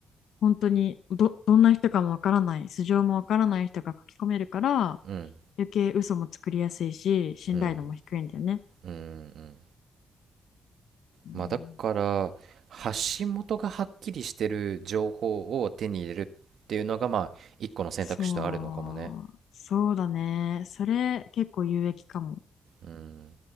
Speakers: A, on the left (about 85°); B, on the right (about 70°).
A: 本当にど、どんな人かもわからない、素性もわからない人が書き込めるから、
B: うん
A: 余計嘘も作りやすいし、信頼度も低いんだよね。
B: うんうんうん
A: うん
B: まあだから発信元がはっきりしてる情報を手に入れるっていうのがまあ一個の選択肢とあるのかもね
A: そう、そうだね。それ結構有益かも。
B: うん